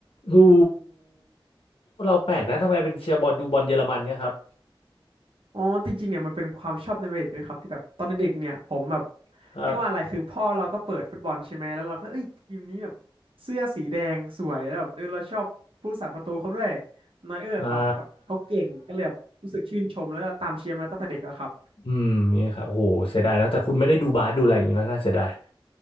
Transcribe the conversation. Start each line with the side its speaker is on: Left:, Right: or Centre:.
Left: อูเราแปลกนะทำไมเป็นเชียร์บอลดูบอลเยอรมันเนี่ยครับ
Right: อ๋อจริงๆเนี่ยมันเป็นความชอบในวัยเด็กด้วยครับที่แบบตอนเด็กๆเนี่ยผมแบบ
Left: ครับ
Right: เรียกว่าอะไรคือพ่อเราก็เปิดฟุตบอลใช่ไหมแล้วเราก็เอ้ยทีมนี้แบบเสื้อสีแดงสวยแล้วแบบเออเราชอบผู้รักษาประตูเขาด้วยนอยเออร์ครับเขาแบบเขาเก่งก็เลยแบบรู้สึกชื่นชมแล้วก็ตามเชียร์มาตั้งแต่เด็กแล้วครับ
Left: อ่าอืมนี่ครับโอ้โหเสียดายนะแต่คุณไม่ได้ดูบาสดูอะไรอย่างนี้นะน่าเสียดาย